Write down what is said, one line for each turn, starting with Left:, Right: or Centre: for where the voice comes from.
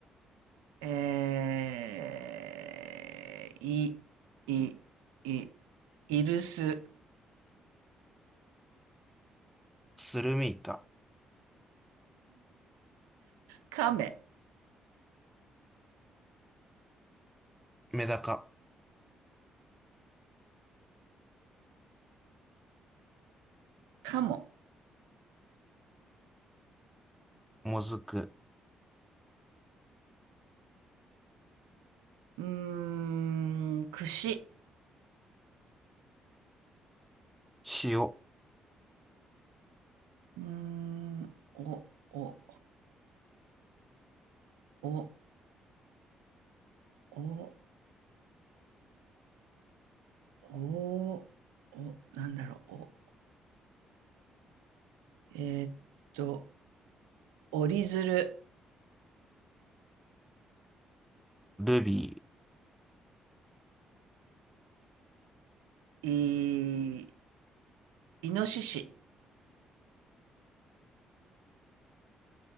Right: えー、い、い、い、イルス、
Centre: スルメイカ、
Right: カメ、
Centre: メダカ、
Right: カモ、
Centre: モズク、
Right: うーん、串、
Centre: 塩、
Right: うーん、お、お、お、お、お、お、なんだろう、お、えーっと、折り鶴、
Centre: ルビー、
Right: い、イノシシ、